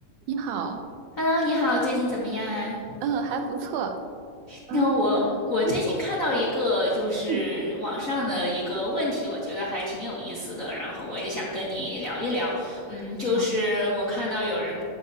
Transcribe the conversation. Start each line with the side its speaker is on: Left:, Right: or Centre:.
Right: 你好，
Left: Hello，你好，最近怎么样啊？
Right: 嗯，还不错，嗯
Left: 那我我最近看到一个就是网上的一个问题，
Right: 嗯嗯
Left: 我觉得还挺有意思的，然后我也想跟你聊一聊。嗯，就是我看到有人
Right: 啊